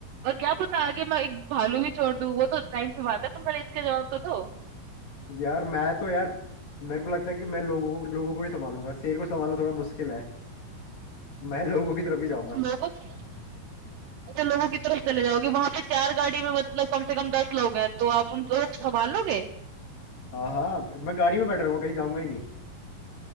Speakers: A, on the right; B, on the left.
A: और क्या पता आगे मैं एक भालू भी छोड़ दूँ, वो तो टाइम की बात है, तुम पहले इसका जवाब तो दो।
B: यार मैं तो यार मेरे को लगता है कि मैं लोगों को लोगों को ही संभालूंगा शेर को संभालना थोड़ा मुश्किल है मैं लोगों की तरफ ही जाऊंगा
A: लोगों की अच्छा लोगों की तरफ चले जाओगे, वहाँ पे 4 गाड़ी में मतलब कम से कम 10 लोग हैं, तो आप उन लोग सँभाल लोगे?
B: हाँ हाँ मैं गाड़ी में बैठ रहा हूँ कहीं जाऊंगा ही नहीं